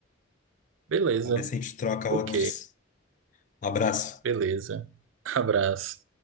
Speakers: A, on the right; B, on the left.
A: beleza,
B: Vamos ver se a gente troca
A: ok,
B: outros. Um abraço.
A: beleza. Abraço.